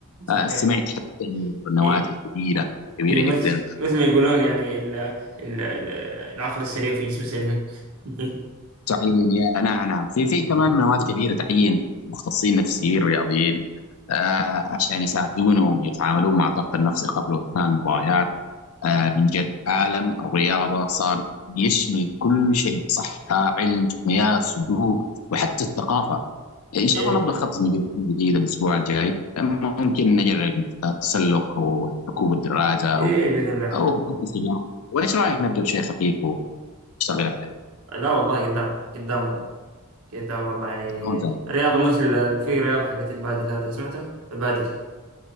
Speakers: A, on the right; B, on the left.
A: صحيح
B: آه، سمعت حتى إن النوادي
A: إيه
B: الكبيره كبيره
A: إيه مثل
B: جدا
A: مثل ما يقولون يعني ال ال ال- العقل السليم في جسم سليم <laughs>
B: تعيين يا نعم نعم في في كمان مواد كبيره تعيين مختصين نفسيين رياضيين آه عشان يساعدونهم يتعاملون مع الضغط النفسي قبل واثناء المباريات آه من جد عالم الرياضه صار يشمل كل شيء صحه علم تقنيات سلوك وحتى الثقافه ان شاء
A: ايه
B: الله نبدا خطه جديده الاسبوع الجاي ممكن نجرب التسلق او ركوب الدراجه
A: ايه
B: او
A: باذن الله
B: او السباحه وايش رايك نبدا بشيء خفيف ونشتغل عليه
A: لا والله قدام قدام والله قدام والله يعني
B: ممتاز
A: رياضه مثل ال- في رياضه حقت البادل هذا سمعتها البادل